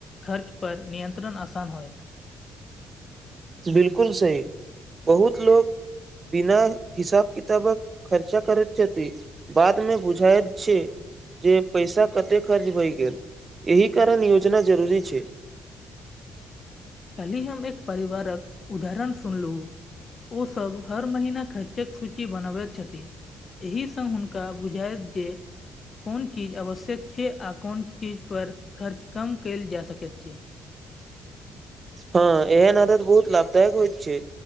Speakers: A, on the left (about 40°); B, on the right (about 35°).
A: खर्च पर नियंत्रण आसान होएत
B: बिल्कुल सही बहुत लोक बिना हिसाब किताबक खर्चा करैत छथि बादमे बुझायत छै जे पैसा कते खर्च भएई गेल एहि कारण योजना जरूरी छै
A: काल्हि हम एक परिवारक उदाहरण सुनलु ओ सब हर महिना खर्च फूची बनबैत छथि एहि सं हुनका बुझाइत जे कोन चीज आवश्यक छै आ कोन चीज पर खर्च कम कयल जा सकैत छै
B: हँ एहन आदत बहुत लाभदायक होइत छै